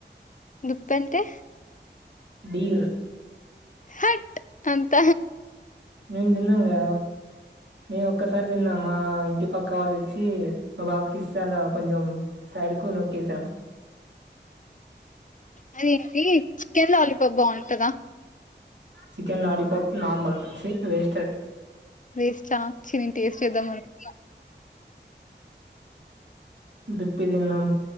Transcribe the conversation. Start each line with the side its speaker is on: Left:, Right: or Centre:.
Left: దుప్పంటే
Right: డీర్
Left: హట్ అంత
Right: మేము తిన్నాంగా మేము ఒక్కసారి తిన్నామ ఇంటి పక్క వాల్లోచ్చి మా బాబుకి ఇస్త అల కొంచెం సైడ్ కు నొక్కేసాం
Left: అదిఏంది చికెన్ లాలీపాప్ బాగుంటద
Right: chicken lollipop normal waste
Left: waste చి టేస్ట్ చేధం <unintelligible>
Right: దుప్పి తిన్నాం